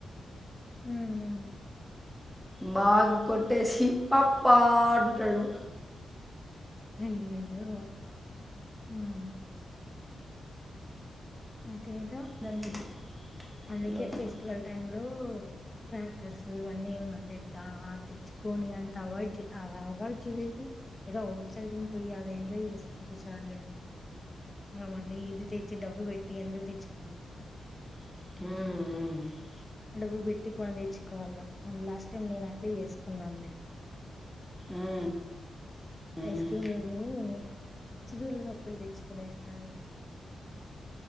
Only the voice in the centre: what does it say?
మాగ్ కొట్టేసి పప్పా పంతడు
దాన్ని
పిల్లోలతో
మ్ మ్
ఉమ్ ఉమ్